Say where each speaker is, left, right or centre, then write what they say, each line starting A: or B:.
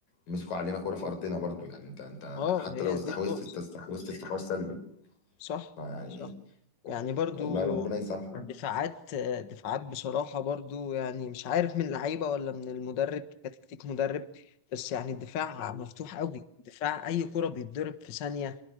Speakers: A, on the left; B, on the left.
A: مسكوا علينا كورة في ارضنا برضو يعني انت انت
B: اه
A: حتى
B: هي
A: لو استحوذت
B: دي النقطة
A: انت استحوذت استحواذ سلبي
B: صح
A: فيعني
B: صح يعني برضو
A: والله ربنا يسامحك
B: دفاعات دفاعات بصراحة برضو يعني مش عارف من اللعيبة ولا من المدرب كتكتيك مدرب بس يعني الدفاع مفتوح قوي دفاع أي كرة بيتضرب في ثانية